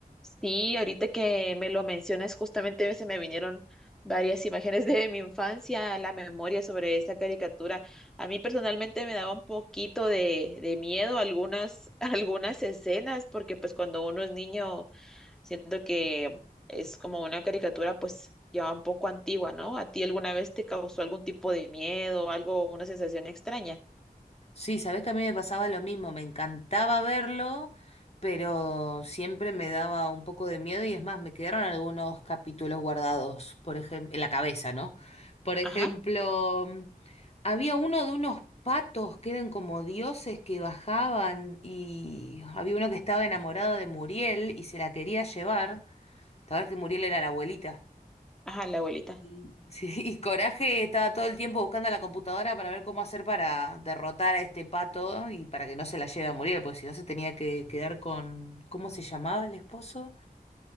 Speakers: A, in the centre; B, on the left (about 40°).
A: Sí, ahorita que me lo mencionas, justamente se me vinieron varias imágenes de mi infancia a la memoria sobre esa caricatura. A mí personalmente me daba un poquito de, de miedo algunas, <laughs> algunas escenas, porque pues cuando uno es niño, siento que es como una caricatura pues ya un poco antigua, ¿no? ¿A ti alguna vez te causó algún tipo de miedo, algo, una sensación extraña?
B: Sí, sabés que a mí me pasaba lo mismo, me encantaba verlo, pero siempre me daba un poco de miedo y es más, me quedaron algunos capítulos guardados, por ejemplo, en la cabeza, ¿no? Por ejemplo,
A: Ajá,
B: había uno de unos patos que eran como dioses que bajaban y había uno que estaba enamorado de Muriel y se la quería llevar, la verdad que Muriel era la abuelita.
A: ajá, la abuelita.
B: Y, <laughs> sí, y Coraje estaba todo el tiempo buscando la computadora para ver cómo hacer para derrotar a este pato y para que no se la lleve a morir, porque si no se tenía que quedar con... ¿Cómo se llamaba el esposo?